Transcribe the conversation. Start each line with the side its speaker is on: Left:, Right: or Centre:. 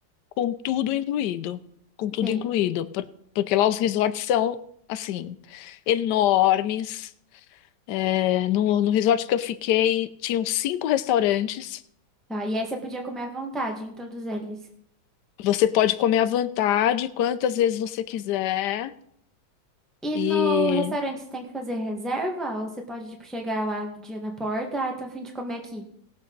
Left: com tudo incluído, com tudo
Centre: Sim.
Left: incluído, por- porque lá os resorts são assim enormes. É, no, no resort que eu fiquei, tinham cinco restaurantes.
Centre: Tá. E aí você podia comer à vontade em todos eles.
Left: Você pode comer à vontade, quantas vezes você quiser.
Centre: E
Left: E
Centre: no restaurante você tem que fazer reserva? Ou você pode, tipo, chegar lá no dia na porta, ai, tô a fim de comer aqui.